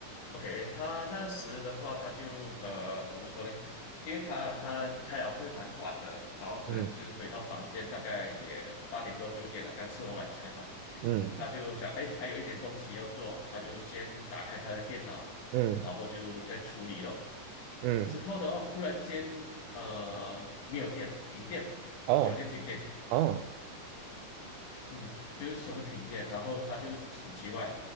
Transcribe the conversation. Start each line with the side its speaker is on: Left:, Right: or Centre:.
Left: OK，他那时的话，他就呃怎么说呢？因为他他开了会蛮晚的，然后可能就回到房间，
Right: 嗯
Left: 大概也八点多九点了，刚吃完晚餐嘛。
Right: 嗯
Left: 他就想，哎，还有一点东西要做，他就先打开他的电脑，
Right: 嗯
Left: 然后就再处理咯。
Right: 嗯，
Left: 之后的话，忽然间呃没有电，停电，
Right: 哦
Left: 酒店停电，
Right: 哦，
Left: 嗯，就是全部停电，然后他就很奇怪，